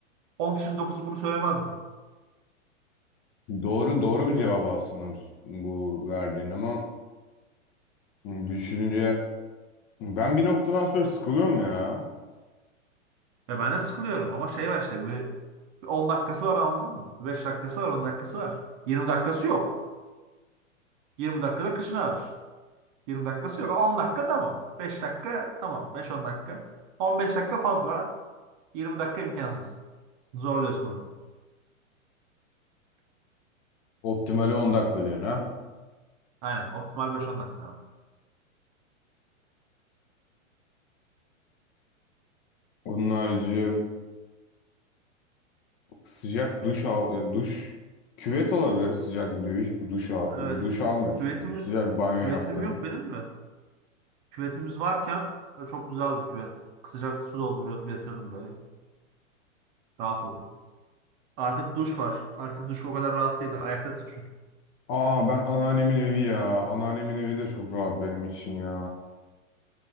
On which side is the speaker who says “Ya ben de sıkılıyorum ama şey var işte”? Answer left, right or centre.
Right